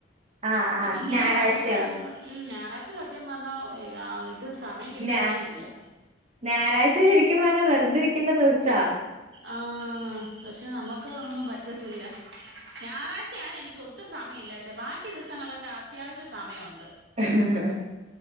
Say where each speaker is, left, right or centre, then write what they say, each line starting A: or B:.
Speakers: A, on the right; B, on the right.
A: ആ ആ
B: പിന്നിങ്ങനെ
A: ഞായറാഴ്ചയോ
B: ഓരോ കാര്യങ്ങള്.. മ്.. ഞാറാഴ്ച്ച സത്യം പറഞ്ഞ ഈ അ ഇത് സമയം കിട്ടാറേ
A: ഞാ
B: ഇല്ല
A: ഞായറാഴ്ച ശരിക്കും പറഞ്ഞാ വെറുതരിക്കേണ്ട ദിവസാ
B: ആഹ പക്ഷെ നമ്മക്ക് അഒന്നും പറ്റത്തില്ല ഞായറാഴ്ചയാണ്നിക്ക് ഒട്ടും സമയി ല്ലാത്ത ബാക്കി ദിവസങ്ങളിലൊക്കെ അത്യാവശ്യ സമയൊണ്ട്
A: ആഹഹ്ഹ്